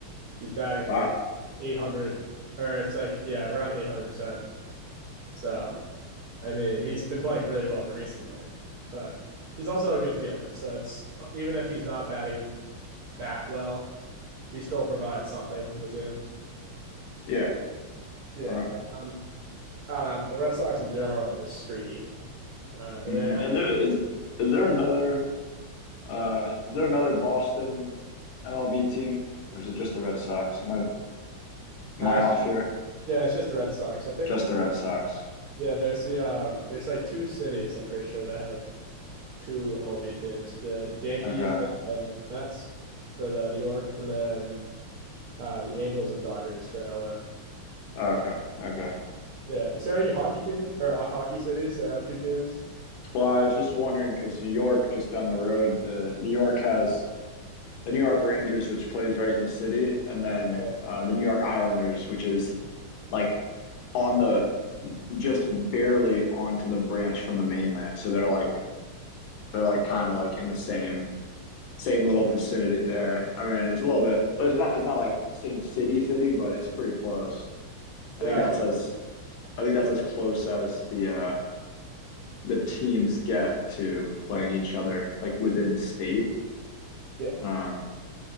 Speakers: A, on the right (about 85°); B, on the left (about 70°).
A: He's batting
B: Wow.
A: like 800, or it's like yeah, around 800 percent. So I mean, he's been playing really well recently, but he's also a good fielder. So it's even if he's not batting that well, he still provides something for the team.
B: Yeah.
A: Yeah,
B: All right.
A: but um, I don't know. The Red Sox in general are just streaky. Uh, they
B: Mhm. And there is is there another uh is there another Boston MLB team or is it just the Red Sox? Am I am
A: Nah,
B: I
A: it's
B: off
A: just
B: here?
A: yeah, it's just the Red Sox. I think
B: Just the Red Sox.
A: yeah, there's the um there's like two cities I'm pretty sure that have two MLB teams. The Yankees
B: Okay.
A: and the Mets for the New York and then uh the Angels and Dodgers for LA.
B: Okay. Okay.
A: Yeah. Is there any hockey team or uh, hockey cities that have two teams?
B: Well, I was just wondering because New York just down the road, the New York has the New York Rangers, which plays right in the city, and then
A: Uh,
B: uh, the New York Islanders, which is like on the just barely onto the branch from the mainland. So they're like they're like kind of like in the same same
A: so,
B: little vicinity there. I mean, it's a little bit. It's not. It's not like same city, city, but it's pretty close. I
A: yeah,
B: think
A: I
B: that's
A: was wondering
B: as. I think that's as close as the uh, the teams get to playing each other, like within state.
A: yeah,
B: Um,